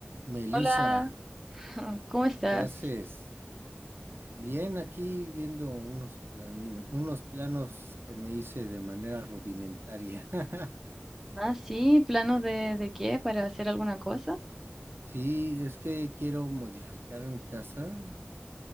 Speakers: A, on the right; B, in the centre.
A: Melissa,
B: Hola, <laughs> ¿cómo estás?
A: ¿qué haces? Bien, aquí viendo unos planido- unos planos que me hice de manera rudimentaria. <laughs>
B: Ah, sí, ¿planos de, de qué? ¿Para hacer alguna cosa?
A: Sí, es que quiero modificar mi casa